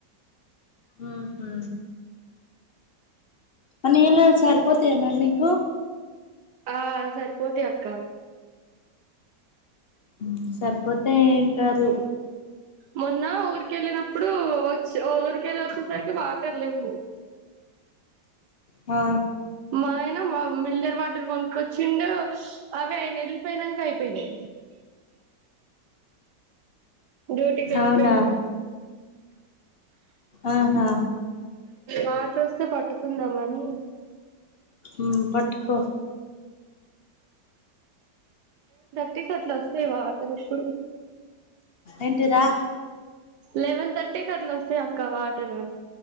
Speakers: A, on the left (about 60°); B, on the right (about 70°).
A: ఊహూ మని ఎలా స పోతయా మరి మీకు
B: ఆ సరిపోతయి అక్క
A: మ్మ్ సరిపోతే ఏం కాదు.
B: మొన్న ఊరికెళ్ళినప్పుడు వచ్చి ఊరికెళ్ళి వచ్చేసరికి వాటర్ లేవ్వు.
A: ఆ
B: మాయ న్న మ మిల్డర్ వాటర్ కొనుక్కొచ్చిండు, అవి ఆయన ఎళ్ళిపోయినంక అయిపోయినై. డ్యూటీకి ఎళ్ళిపోయినంక
A: అవునా ఆహా
B: వాటర్ వస్తే పట్టుకుందామనీ
A: మ్మ్ పట్టుకో
B: ర్టికీ అట్ల వస్తయి వాటర్ ఎప్పుడు.
A: ఏంటిరా
B: లెవెన్ థర్టీ కి అట్ల వస్తాయి అక్క వాటరు.